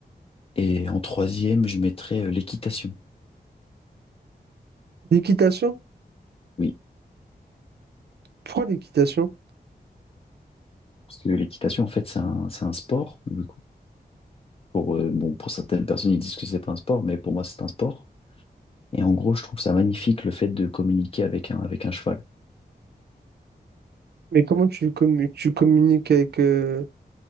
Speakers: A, on the left (about 35°); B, on the right (about 80°).
A: Et en troisième, je mettrais euh, l'équitation.
B: L'équitation?
A: Oui,
B: Pourquoi l'équitation?
A: parce que l'équitation, en fait, c'est un, c'est un sport, du coup. Pour, euh, bon, pour certaines personnes, ils disent que c'est pas un sport, mais pour moi, c'est un sport. Et en gros, je trouve ça magnifique le fait de communiquer avec un, avec un cheval.
B: Mais comment tu, commu- tu communiques avec euh,